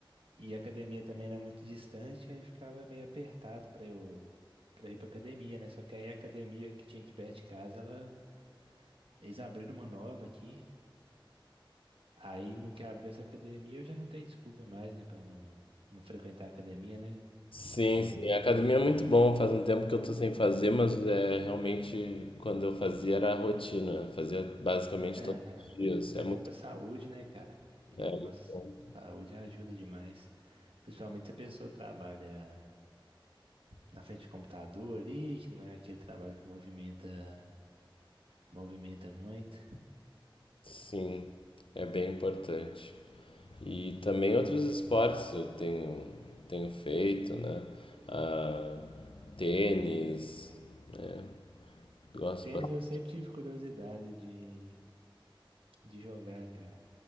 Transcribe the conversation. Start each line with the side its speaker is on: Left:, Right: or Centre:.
Right: E a academia também era muito distante, aí ficava meio apertado pra eu... pra eu ir pra academia, né? Só que aí a academia que tinha aqui perto de casa, ela... eles abriram uma nova aqui. Aí no que abriu essa academia eu já não tenho desculpa mais, né? Pra não, não frequentar a academia, né?
Left: Sim,
Right: É
Left: sim,
Right: um-
Left: a academia é muito bom, faz um tempo que eu tô sem fazer, mas é realmente quando eu fazia era a rotina, fazia basicamente
Right: É,
Left: todos os dias. É muito,
Right: é bom pra saúde, né, cara? Pra
Left: é
Right: nossa
Left: muito bom.
Right: saúde ajuda demais. Principalmente se a pessoa trabalha na frente do computador ali, que não é aquele trabalho que movimenta, movimenta muito.
Left: Sim, é bem importante. E também outros esportes eu tenho, tenho feito, né? Ah, tênis, né? Gosto
Right: Tênis
Left: bastante.
Right: eu sempre tive curiosidade de, de jogar, cara.